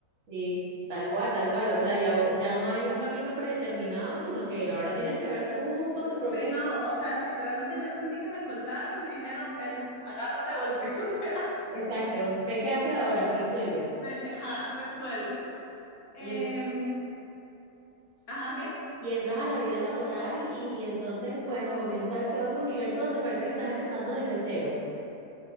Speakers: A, on the right (about 60°); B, on the left (about 70°).
A: Sí, tal cual, tal cual. O sea, ya, ya no hay un camino predeterminado, sino que ahora tienes que ver tú con tus propios...
B: Sí, no, o sea, literalmente yo sentí que me soltaron y me dijeron, ve tú, agárrate a golpe, <laughs> o sea,
A: Exacto. Ve qué haces ahora, resuelve.
B: ve, ajá, resuelve. Em,
A: Y, entr-
B: ajá, ¿qué?
A: y entras a la vida laboral y entonces, bueno, comienza ese otro universo donde parece que estás empezando desde cero.